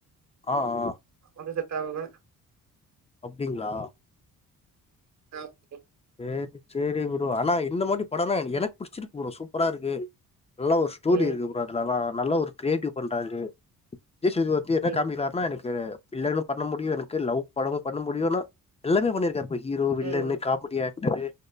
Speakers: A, on the left; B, on the right.
A: ஆ ஆ
B: பாத்த செட்டாவுல
A: அப்டிங்ளா
B: ஆ ப்ரோ
A: சேரி சேரி ப்ரோ ஆனா இந்த மாரி படொன்னா எனக்கு புடிச்சிருக்கு ப்ரோ சூப்பரா இருக்கு நல்ல ஒரு ஸ்டோரி
B: ம்
A: இருக்கு ப்ரோ அதுலெல்லா நல்லா ஒரு கிரியேட்டிவ் பண்றாரு விஜய் சேதுபதி என்ன
B: ம்
A: காமிக்குறாருன்னா எனக் இங்கரு வில்லனும் பண்ண முடியு எனக்கு லவ் படமு பண்ண முடியுனா எல்லாமே பண்ணிருக்காருப்ப ஹீரோ வில்லனு
B: ம்
A: கா மிடி ஆக்டரு